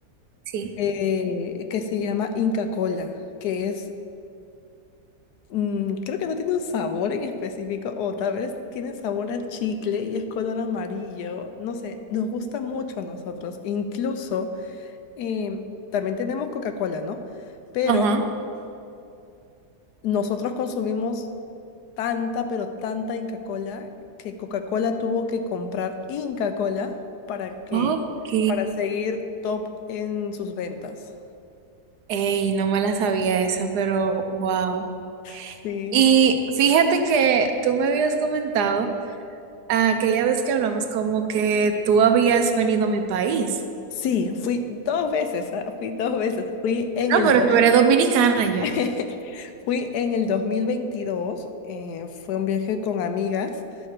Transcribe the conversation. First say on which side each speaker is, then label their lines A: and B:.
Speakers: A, on the right; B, on the left.
A: Sí.
B: Eh, que se llama Inca Cola, que es, mm, creo que no tiene un sabor en específico, o tal vez tiene sabor a chicle y es color amarillo, no sé, nos gusta mucho a nosotros. Incluso, em, también tenemos Coca-Cola, ¿no? Pero...
A: Ajá.
B: Nosotros consumimos tanta, pero tanta Inca Cola que Coca-Cola tuvo que comprar Inca Cola para que,
A: Ok.
B: para seguir top en sus ventas.
A: Ey, no me la sabía esa, pero wow.
B: Sí.
A: Y fíjate que tú me habías comentado aquella vez que hablamos como que tú habías venido a mi país.
B: Sí, fui dos veces, ah, Fui dos veces. Fui en
A: No,
B: el
A: pero
B: dos-
A: tú eres dominicana ya.
B: <laughs> fui en el 2022, eh, fue un viaje con amigas.